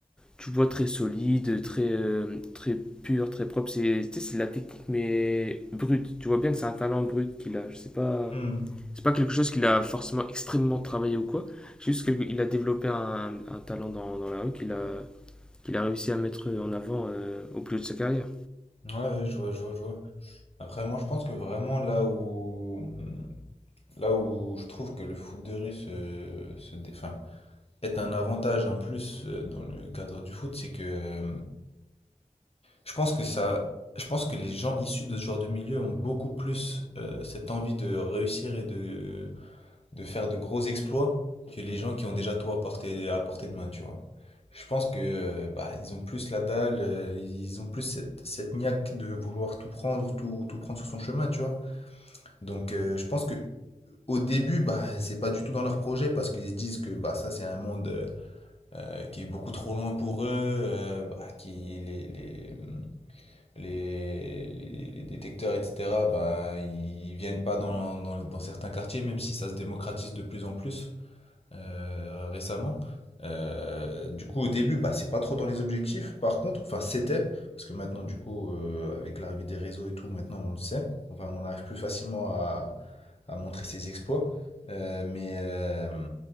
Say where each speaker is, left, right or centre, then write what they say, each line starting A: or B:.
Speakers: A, in the centre; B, on the left.
A: Tu vois, très solide, très, euh, très pur, très propre. C'est tu sais, c'est de la technique, mais brute. Tu vois bien que c'est un talent brut qu'il a. Je sais pas.
B: Hmm.
A: C'est pas quelque chose qu'il a forcément extrêmement travaillé ou quoi. C'est juste qu'il a développé un, un talent dans, dans la rue qu'il a, qu'il a réussi à mettre en avant euh, au plus haut de sa carrière.
B: Ouais, ouais, je vois, je vois, je vois. Après, moi, je pense que vraiment là où, là où je trouve que le foot de rue se, se dé- enfin, être un avantage, un plus euh, dans le cadre du foot, c'est que euh, je pense que ça, je pense que les gens issus de ce genre de milieu ont beaucoup plus euh, cette envie de réussir et de, de faire de gros exploits que les gens qui ont déjà tout à portée, à portée de main, tu vois. Je pense que euh, bah, ils ont plus la dalle, euh, ils ont plus cette, cette niaque de vouloir tout prendre, tout, tout prendre sur son chemin, tu vois. Donc euh, je pense que au début, bah, c'est pas du tout dans leur projet parce qu'ils se disent que bah, ça c'est un monde euh, euh, qui est beaucoup trop loin pour eux, euh, bah, qui les, les, les, les- les détecteurs, etc., bah, ils viennent pas dans, dans, dans certains quartiers, même si ça se démocratise de plus en plus euh, récemment. Euh, du coup, au début, bah, c'est pas trop dans les objectifs. Par contre, enfin, c'était, parce que maintenant, du coup, euh, avec l'arrivée des réseaux et tout, maintenant, on le sait. Enfin, on arrive plus facilement à, à montrer ses exploits. Euh, mais, euh,